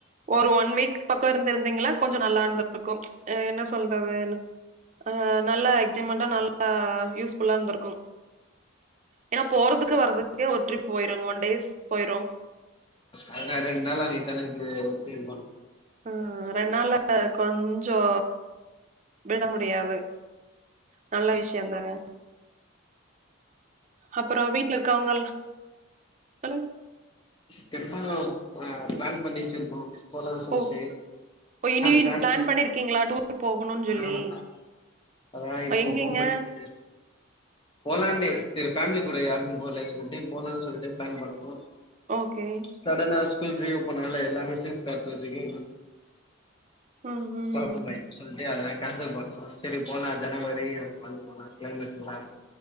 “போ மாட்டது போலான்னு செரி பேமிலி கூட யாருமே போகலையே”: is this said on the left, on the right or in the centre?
Left